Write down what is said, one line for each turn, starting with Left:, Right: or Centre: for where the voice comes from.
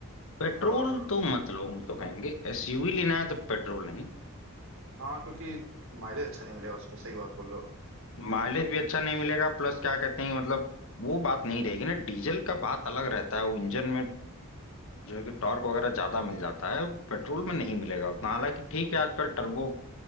Left: पेट्रोल
Right: और
Left: तो मत लो हम तो कहेंगे एसयूवी लेना है तो पेट्रोल नहीं
Right: हाँ क्योंकि माइलेज अच्छा नहीं मिलेगा उसमें सही बात बोल रहे हो
Left: माइलेज भी अच्छा नहीं मिलेगा प्लस क्या कहते हैं मतलब वो बात नहीं रहेगी ना डीजल का बात अलग रहता है वो इंजन में जो है कि टॉर्क वगैरह ज्यादा मिल जाता है पेट्रोल में नहीं मिलेगा उतना हालांकि ठीक है आजकल टर्बो